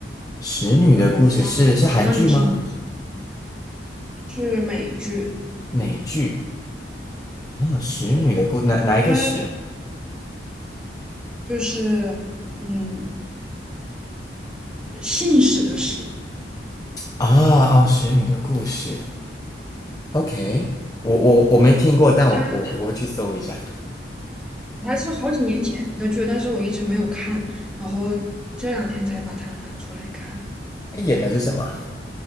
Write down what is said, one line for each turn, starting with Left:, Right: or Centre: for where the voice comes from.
Left: 使女的故事是是韩剧吗？
Centre: 我不知道你，我不知道你听过是美剧，
Left: 美剧？哦，使女的故哪哪一个使啊？
Centre: 对，它就是嗯，信使的使，
Left: 啊哦，使女的故事。OK，我我我没听过，
Centre: 对，
Left: 但我我我会去搜一下。
Centre: 它它是好几年前的剧，但是我一直没有看，然后这两天才把它拿出来看。
Left: 哎演的是什么啊